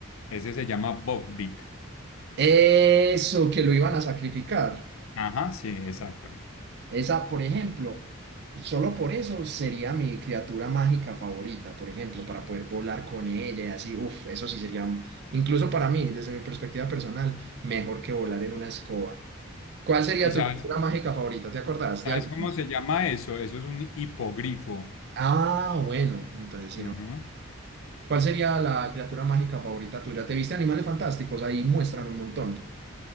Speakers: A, on the left; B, on the right.
A: Ese se llama Bob Dick.
B: Eso, que lo iban a sacrificar.
A: Ajá, sí, exacto.
B: Esa, por ejemplo, solo por eso sería mi criatura mágica favorita, por ejemplo, para poder volar con ella y así, uff, eso sí sería, incluso para mí, desde mi perspectiva personal, mejor que volar en una escoba. ¿Cuál sería
A: ¿Y
B: tu
A: sabes?
B: criatura mágica favorita? ¿Te acordás de
A: ¿Sabes
B: alguna?
A: cómo se llama eso? Eso es un hipogrifo.
B: Ah, bueno, entonces sí,
A: Ujú.
B: no. ¿Cuál sería la criatura mágica favorita tuya? ¿Te viste Animales Fantásticos? Ahí muestran un montón.